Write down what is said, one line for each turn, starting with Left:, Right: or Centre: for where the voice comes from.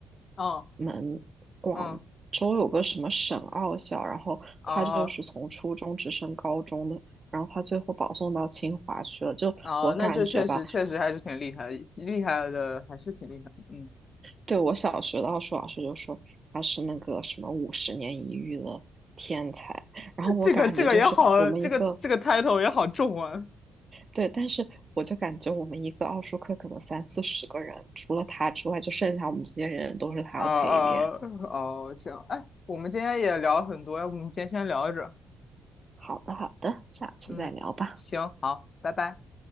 Left: 嗯
Right: 们广州有个什么省奥校，
Left: 嗯，
Right: 然后他就是从初中直升高中的，
Left: 哦
Right: 然后他最后保送到清华去了。就我感觉吧。
Left: 哦，那这确实确实还是挺厉害，厉害的还是挺厉害的。嗯，
Right: 对，我小学的奥数老师就说他是那个什么五十年一遇的天才，然后我感觉就是我们一个，
Left: 这个这个也好，这个这个 title 也好重啊。
Right: 对，但是我就感觉我们一个奥数课可能三四十个人，除了他之外，就剩下我们这些人都是他的陪练。
Left: 哦哦哦，这样。哎，我们今天也聊很多，要不我们今天先聊着。
Right: 好的，好的，下次再聊吧，
Left: 嗯，行，好，拜拜。